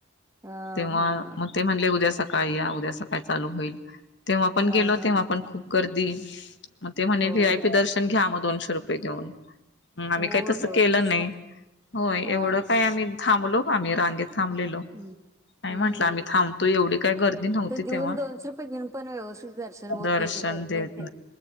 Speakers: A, on the right; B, on the left.
A: हा
B: तेव्हा
A: हा
B: म ते म्हणले उद्या सकाळी या उद्या सकाळी चालू होईल, तेव्हा पण
A: हा
B: गेलो
A: हा
B: तेव्हा पण खूप गर्दी मग ते म्हणे
A: होय
B: व्ही. आय. पी. दर्शन घ्या म दोनशे रुपये देऊन. हं आम्ही
A: होय
B: काय तसं
A: होय
B: केलं
A: तसच
B: नाही
A: करतात
B: होय
A: हा
B: एवढं काय आम्ही थांबलो आम्ही रांगेत थांबलेलो
A: हम्म
B: नाहीं
A: हम्म
B: म्हटलं आम्हीं थांबतो एवढी काही गर्दी नव्हती
A: ते देऊन
B: तेव्हा
A: दोनशे रुपये देऊन पण व्यवस्थित दर्शन होतं
B: दर्शन
A: नाही ते करत
B: देत
A: नाही तेनी